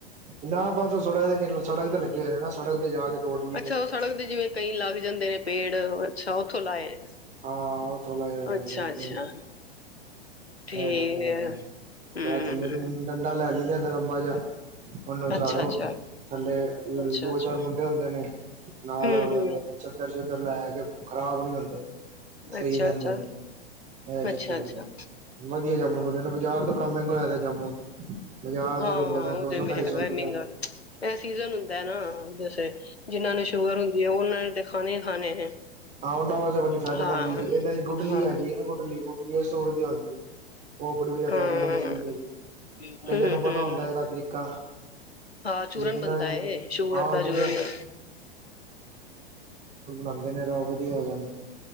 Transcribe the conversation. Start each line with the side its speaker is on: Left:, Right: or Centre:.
Right: ਨਾ ਬਸ ਸੜਕ ਦੇ ਕਿਹਨੁ ਸੜਕ ਤੇ ਲੱਗੇ ਹੋਏ ਨੇ ਨਾ ਸੜਕ ਜਾ ਕੇ ਤੋੜ ਲਈਦੇ
Left: ਅੱਛਾ
Right: ਨੇ
Left: ਉਹ ਸੜਕ ਦੇ ਜਿਵੇਂ ਕਈ ਲੱਗ ਜਾਂਦੇ ਨੇ ਪੇੜ ਅੱਛਾ ਓਥੋ ਲਾਏ।
Right: ਹਾਂ ਉਹਥੋ ਲਾਏ ਹੈਗੇ
Left: ਅੱਛਾ
Right: <unintelligible>
Left: ਅੱਛਾ ਠੀਕ
Right: ਐ ਚੱਕਰ
Left: ਹੈ
Right: ਹੈਗਾ,
Left: ਹੂੰ
Right: <unintelligible> ਥੱਲੇ
Left: ਹੂੰ
Right: ਡੰਡਾ ਲੈ ਲਈਦਾ ਲੰਬਾ ਜਾ ਉਹਨੂੰ ਝਾੜੋ,
Left: ਅੱਛਾ ਅੱਛਾ
Right: ਥੱਲੇ
Left: ਅੱਛਾ
Right: ਦੋ
Left: ਅੱਛਾ
Right: ਚਾਰ ਮੁੰਡੇ ਹੁੰਦੇ ਨੇ ਨਾਲ
Left: ਹੂੰ ਹੂੰ
Right: ਦੇ ਨੇ ਚੱਕਰ ਚ। ਇੱਧਰ ਲੈ ਕੇ ਖ਼ਰਾਬ ਨੀ ਹੁੰਦੇ। ਸਹੀ
Left: ਅੱਛਾ
Right: ਰਹਿੰਦੇ
Left: ਅੱਛਾ
Right: ਨੇ ਐ ਚੱਕਰ
Left: ਅੱਛਾ ਅੱਛਾ
Right: ਐਗਾ ਵਧੀਆ ਜਾਮੁਨ ਹੁੰਦੇ ਨੇ, ਬਾਜ਼ਾਰ ਤੇ ਬੜਾ ਮਹਿੰਗਾ ਹੋਇਆ ਜਾਮੁਨ। ਪੰਜਾਹ ਰੁਪਏ
Left: ਹਾਂ
Right: ਦਿੰਦੇ ਪਏ
Left: ਉਹ
Right: ਦੋ
Left: ਤੇ
Right: ਸੌ
Left: ਵੀ
Right: ਢਾਈ
Left: ਹੈਗਾ
Right: ਸੌ ਰੁਪਏ
Left: ਮਹਿੰਗਾ
Right: ਜਾਮੁਨ
Left: ਇਹ ਸੀਜਨ ਹੁੰਦਾ ਨਾ ਦਸ ਜਿੰਹਨਾਂ ਨੂੰ ਸ਼ੂਗਰ ਹੁੰਦੀ ਹੈ ਉਹਨਾਂ ਨੇ ਤੇ ਖਾਣੇ ਖਾਣੇ ਨੇ
Right: ਹਾਂ, ਉਹਨਾਂ ਵਾਸਤੇ ਬੜੀ ਫਾਇਦੇਮੰਦ
Left: ਹਾਂ
Right: ਚੀਜ਼ ਏ। ਇਹਨਾਂ ਦੀ ਗੁਠਲੀ
Left: ਹਾਂ
Right: ਹੈਗੀ
Left: ਹਾਂ
Right: ਹੈ ਨਾ ਗੁਠਲੀ ਗ ਜਿਵੇਂ <unintelligible> ਸੋਲ ਦੀ ਆੳਦੀ ਏ। ਉਹ ਬੜੀ ਵਧੀਆ
Left: ਹਮ
Right: ਫਾਇਦੇਮੰਦ ਚੀਜ਼ ਹੈਗੀ ਕਈਆਂ
Left: ਹਮ
Right: ਨੂੰ ਪਤਾ ਹੁੰਦਾ ਇਹਦਾ ਤਰੀਕਾ
Left: ਹਾਂ ਚੂਰਨ
Right: ਜਿਹਨਾਂ
Left: ਬਣਦਾ
Right: ਨੇ
Left: ਏ। ਸ਼ੂਗਰ
Right: ਹਾਂ
Left: ਦਾ
Right: ਜਿਹਨਾਂ
Left: ਚੂਰਨ ਹੂੰ।
Right: ਖਾਂਦੇ ਨੇ ਇਹਦਾ ਉਹ ਵਧੀਆ ਹੋ ਜਾਂਦਾ।